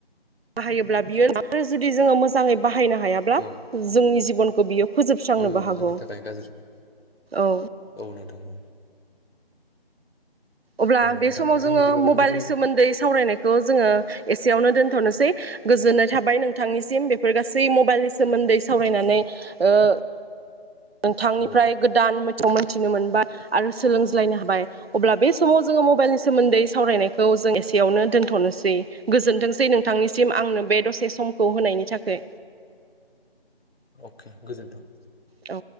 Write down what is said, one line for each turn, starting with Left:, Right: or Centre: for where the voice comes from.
Right: बाहायोब्ला बियो आरो जुदि जोङो मोजाङै बाहायनो हायाब्ला
Left: ओ
Right: जोंनि जिबन बनखौ बियो फोजोबस्रांनोबो
Left: ओ
Right: हागौ
Left: जोंनि थाखाय गाज्रि
Right: औ
Left: औ नोंथां औ
Right: अब्ला
Left: औ
Right: बे
Left: नोंथां
Right: समाव जोङो
Left: जों बिदिबा
Right: मबाइलनि
Left: बे मबाइल
Right: सोमोन्दै सावरायनाय बेखौ जोङो एसेयावनो दोनथ'नोसै गोजोननाय थाबाय नोंथांनिसिम बे फोर गासै मबाइलनि सोमोन्दै सावरायनानै ओ नोंथांनिफ्राय
Left: औ
Right: गोदान मि मिथिनो मोनबाय आरो सोलोंज्लायनो हाबाय अब्ला बे समाव जोङो मबाइलनि सोमोन्दै सावरायनायखौ जों एसेयावनो दोन्थ'नोसै गोजोनथोंसै नोंथांनिसिम आंनो बे दसे समखौ होनायनि थाखाय
Left: अके गोजोन्थों
Right: औ